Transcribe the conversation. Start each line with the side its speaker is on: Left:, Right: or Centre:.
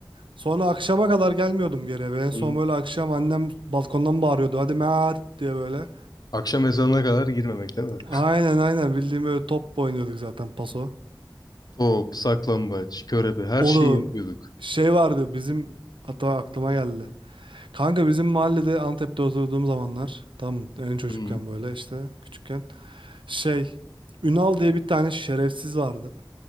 Right: Sonra akşama kadar gelmiyordum geri eve. En
Left: Bunun
Right: son böyle akşam annem balkondan bağırıyordu. Hadi Mert diye böyle.
Left: Akşam ezanına kadar girmemek değil mi?
Right: Aynen aynen bildiğim böyle top oynuyorduk zaten paso.
Left: Top, saklambaç, körebe her
Right: Oğlum
Left: şeyi yapıyorduk.
Right: şey vardı bizim hatta aklıma geldi. Kanka bizim mahallede Antep'te oturduğum zamanlar tam en çocukken
Left: Hı.
Right: böyle işte küçükken şey Ünal diye bir tane şerefsiz vardı.